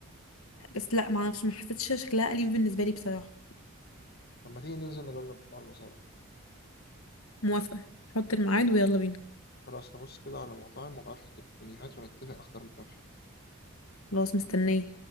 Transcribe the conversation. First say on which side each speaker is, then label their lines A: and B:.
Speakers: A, on the left (about 75°); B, on the left (about 50°).
A: بس لا معرفش ما حسيتش شكلها أليف بالنسبة لي بصراحة
B: طب ما تيجي ننزل نجرب مرة سوا
A: موافقة حط الميعاد ويلا بينا
B: خلاص هبص كده على مطاعم وابعتلك المنيوهات ونتفق نختار مكان فين
A: خلاص مستنية